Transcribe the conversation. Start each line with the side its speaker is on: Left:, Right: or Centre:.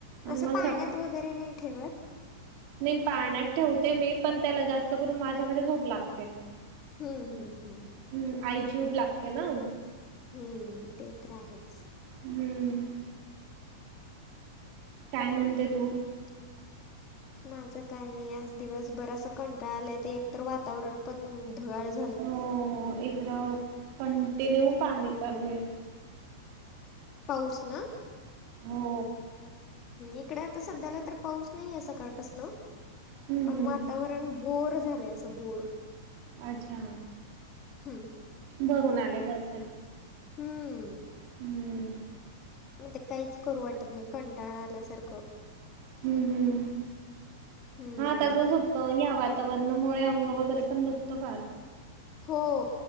Right: आणि
Left: असं
Right: मग
Left: पाळण्यात वगैरे नाही ठेवत.
Right: नाहीी पाळन्यात ठेवते मी पण त्याला जास्त करून माझ्याकडे झोप लागते.
Left: हं, हं, हं.
Right: हम् आइची उब लागते ना?
Left: हम्म ते तर आहेच?
Right: हम्म काय म्हणते तू..
Left: त त <inaudible> माझं काही नाही आज दिवस बर असं कंटाळ आलाय ते एक तर वातावरण पण ढग.,......
Right: हो इकडं कंटिन्यू पाणी चालू आहे.
Left: पाऊस ना!
Right: हो
Left: इकडे आता सध्याला तर पाऊस नाहीे सकाळपासन
Right: हम्म
Left: पण
Right: हम्म
Left: वातावरण बोर झालंय असं बोर!
Right: अच्छा!
Left: हम्म
Right: भरून आलेल असेल?
Left: हम्म
Right: हम्म
Left: मग ते काहीच करू वाटत नाही कंटाळा आल्यासारखं.
Right: हम् हम्
Left: हम्म
Right: हा त्याचंचतं या वातावरणामुळे अंग वगैरे पण दुखतं फार.
Left: हो